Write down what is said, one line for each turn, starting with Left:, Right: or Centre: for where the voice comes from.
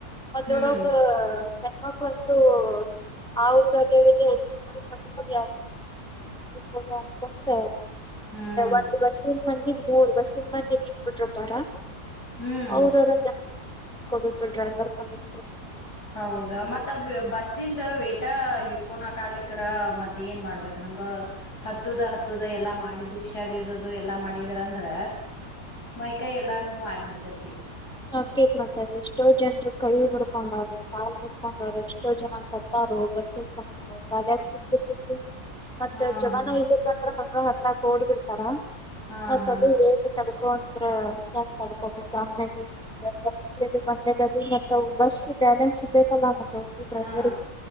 Centre: ಮದೊಳಗೆ
Left: ಹ್ಮ್
Centre: ಮಕ್ಕಳಂದ್ರು ಆ ಊರ ಹೇಳಿಗೆ ಮದ ಹದೆ ಅಕಂತ
Left: ಹ್ಮ್
Centre: ಒಂದು ಬರ್ಸ ಮಂದಿ ಮೂರ್ ಬಸ್ಸಿನ ಮಂದಿ ಹಕ್ಬಿಟ್ರಪ್ಪಾರ
Left: ಹ್ಮ್
Centre: ಅವ್ರದ ಬೇಕ ಡ್ರೈವರ್ ಕಂಡಕ್ಟರ್
Left: ಹೌದಾ ಮತ್ತ ಬಸ್ಸಿಂದ ವೇಟ ಹಿಡ್ಕೊಣ ಕಾಲಿಕರ ಮತ್ತ ಏನ್ ಮಾಡ್ಬೇಕ ಹಂಗ ಹತ್ತದ ಹತ್ತದ ಎಲ್ಲಾ ಮಾಡಿದ ದು ಶಾಡದು ಎಲ್ಲಾ ಮಾಡಿದ್ರ ಅಂದ್ರ ಮೈಕೈಿ ಎಲ್ಲಾ ನೂ ಆಗ್ಬಿಡ್ತೈತಿ ಮತ್ತು
Centre: ಹ ಕೇಕ್ ಮತ ಎಷ್ಟೋ ಜನರು ಕೈ ಮುಡ್ಕೊಂಡಾರ ಕಾಲ್ ಮುಡ್ಕೊಂಡಾರ ಎಷ್ಟೋ ಜನ ಸತ್ತಾರು ಬಸ್ಸ ಸಂಬಂಧಲ್ ಯಕ ಸಿಕ್ಕ ಸಿಕ್ಕ ಮತ್ತೆ
Left: ಹಾ
Centre: ಜಗನ
Left: ಹಾ
Centre: ಇ ಬ ಹ ಹತ್ತಕೋಡ್ಬ ಬಿಡ್ತಾರಾ
Left: ಹಾ
Centre: ಮತ್ತ
Left: ಹಾ
Centre: ಅದ ತ ದ್ರ ಚಸ್ ತಡ್ಕೊಬೇಕು ಆಂಗ್ಯಲೆ ಅ ಬಂದದು ಮತ್ತ ಬರ್ಸ್ ಬ್ಯಾಲೆನ್ಸ್ ಸಿಗ್ಬೇಕಲ್ಲ ಮತ್ತೆ ಡ್ರೈವರಿಗೆ
Left: ಹಾ